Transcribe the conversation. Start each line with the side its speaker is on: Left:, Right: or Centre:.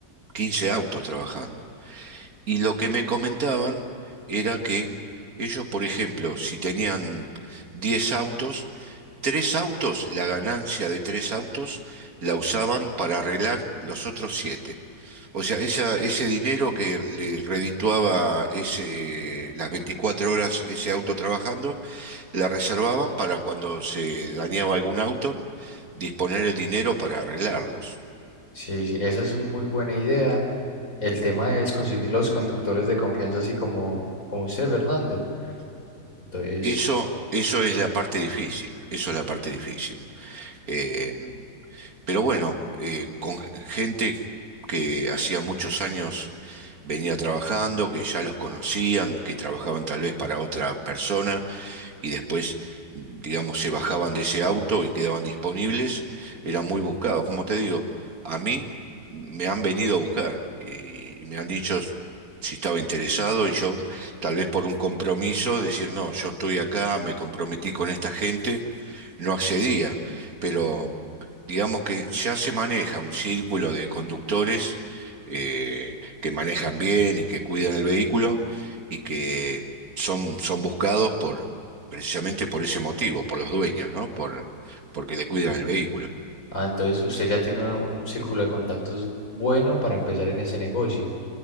Right: quince autos trabajando. Y lo que me comentaban era que ellos, por ejemplo, si tenían 10 autos, tres autos, la ganancia de tres autos la usaban para arreglar los otros siete. O sea, esa- ese dinero que le redituaba ese, las 24 horas ese auto trabajando, la reservaban para cuando se dañaba algún auto disponer el dinero para arreglarlos.
Left: Sí, sí, esa es una muy buena idea. El tema es conseguir los conductores de confianza, así como, como usted, Fernando. Entonces,
Right: Eso,
Left: sí,
Right: eso es la parte difícil, eso es la parte difícil. Eh, pero bueno, eh, con gente que hacía muchos años venía trabajando, que ya los conocían, que trabajaban tal vez para otra persona y después, digamos, se bajaban de ese auto y quedaban disponibles, eran muy buscados. Como te digo, a mí me han venido a buscar eh, y me han dicho si estaba interesado y yo tal vez por un compromiso, decir, no, yo estoy acá, me comprometí con esta gente no accedía, pero digamos que ya se maneja un círculo de conductores eh, que manejan bien y que cuidan el vehículo y que son, son buscados por, precisamente por ese motivo, por los dueños, ¿no? Por, porque le cuidan el vehículo.
Left: Ah, entonces usted ya tiene una- un círculo de contactos bueno para empezar en ese negocio.